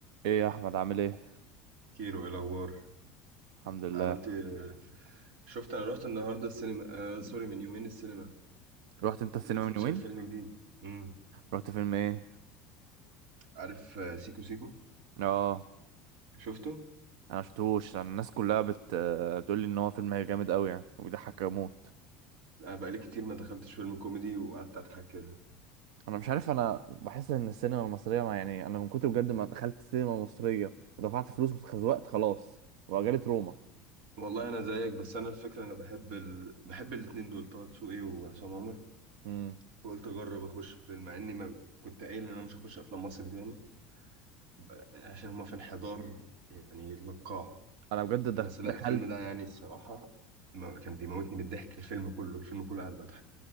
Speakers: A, on the right; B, on the right.
A: ايه يا احمد عامل ايه
B: كيرو ايه الاخبار
A: الحمد لله
B: عملت إيه؟ شفت انا رحت النهارده السينما آه سوري من يومين السينما
A: رحت انت السينما
B: لسه
A: من يومين
B: شايف فيلم جديد امم
A: رحت فيلم ايه
B: عارف آه، سيكو سيكو
A: اه
B: شفته
A: انا شفتوش انا الناس كلها بت بتقول لي ان هو فيلم جامد قوي يعني وبيضحك اموت
B: آه بقالي كتير ما دخلتش فيلم كوميدي وقعدت اضحك كده
A: انا مش عارف انا بحس ان السينما المصريه ما يعني انا من كتر بجد ما دخلت سينما مصريه ودفعت فلوس واتخزوقت خلاص وجالت روما
B: والله انا زيك بس انا الفكره انا بحب ال... بحب الاتنين دول طه دسوقي وعصام عمر
A: امم
B: فقلت اجرب اخش الفيلم مع اني ما كنت قايل ان انا مش هخش افلام مصري تاني ب- عشان هما في انحدار يعني للقاع
A: انا بجد
B: بس
A: دخ-
B: لا
A: دخلت
B: الفيلم ده يعني الصراحه ما- كان بيموتني من الضحك الفيلم كله الفيلم كله قاعد بضحك